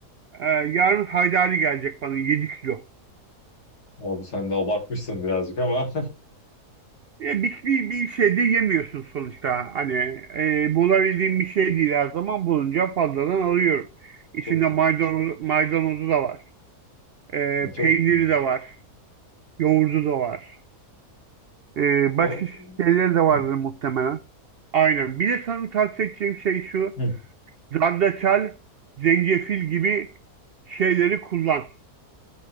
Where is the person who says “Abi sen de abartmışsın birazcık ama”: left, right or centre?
Left